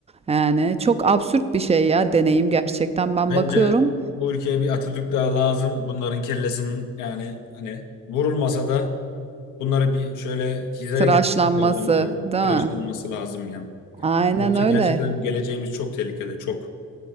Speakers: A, on the right; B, on the left.
A: Yani çok absürt bir şey ya deneyim gerçekten. Ben
B: Bence
A: bakıyorum
B: bu ülkeye bir Atatürk daha lazım. Bunların kellesinin yani hani vurulmasa da bunları bir şöyle hizaya
A: tıraşlanması,
B: getirecek bir adam lazım.
A: değil
B: Tıraşlanması
A: mi?
B: lazım ya.
A: Aynen
B: Yoksa
A: öyle.
B: gerçekten geleceğimiz çok tehlikede çok.